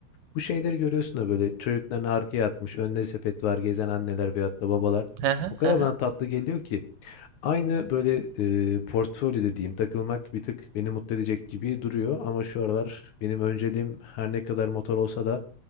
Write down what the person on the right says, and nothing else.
Hı hı,
hı hı,